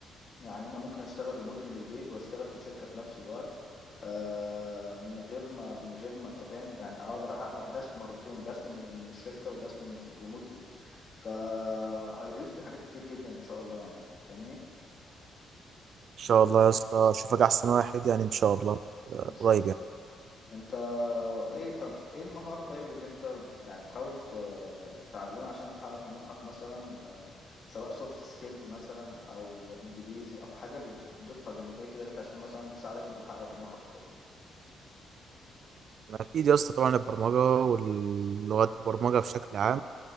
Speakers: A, on the left; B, on the right.
A: يعني انا ممكن اشتغل ريموتلي من البيت واشتغل في شركه في نفس الوقت آه، من غير ما من غير ما انت فاهم يعني اقدر احقق دخل مرتين دخل من من الشركه ودخل من ريموتلي فهيضيف لي حاجات كتير جدا ان شاء الله يعني فاهمني
B: ان شاء الله يا اسطى اشوفك احسن واحد يعني ان شاء الله آه،
A: ان شاء
B: قريب
A: الله
B: يعني
A: انت ايه طب ايه المهارة طيب اللي انت بت... يعني بتحاول ت... تتعلمها عشان تحقق طموحك مثلا آه، سواء سوفت سكيلز مثلا او انجليزي او حاجة بت... بتضيفها جانبية كده ليك عشان مثلا تساعدك انت تحقق طموحك وكده
B: انا اكيد يا اسطى طبعا البرمجة واللغات البرمجة بشكل عام